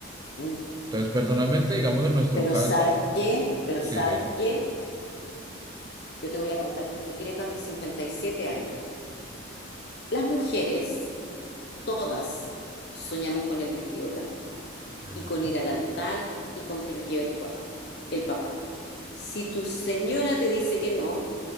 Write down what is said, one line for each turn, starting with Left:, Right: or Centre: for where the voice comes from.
Left: ujú.
Right: Entonces, personalmente, digamos en nuestro
Left: Pero
Right: caso,
Left: ¿sabes qué? Pero
Right: sí,
Left: ¿sabes
Right: sí.
Left: qué? Yo te voy a contar un secreto a mis 57 años. Las mujeres, todas, soñamos con el vestido blanco
Right: ujú.
Left: y con ir al altar y con que nos lleve tu papá, el papá. Si tu señora te dice que no,